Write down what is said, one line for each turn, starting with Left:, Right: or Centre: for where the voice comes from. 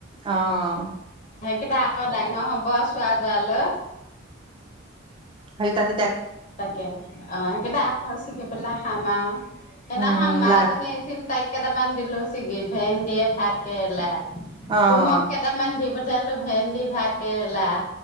Right: অহ
Left: কিবা আকৌ ডাঙৰ হ'ব চোৱা জাৱালৈ।
Right: হেয় তাতে
Left: তাকে অকেইটা আখ চগি পেলাই খাম আৰু সেইদিনাখন
Right: উম
Left: মা
Right: লা
Left: জনী আহিছিল। চাই কেইটামান দিলো ছিগি ভেন দিয়ে ভাত কেলাই।
Right: অঁ
Left: কুমক কেইটামান দিব দি পঠালোঁ ভেন্দি, ভাত কেৰেলা।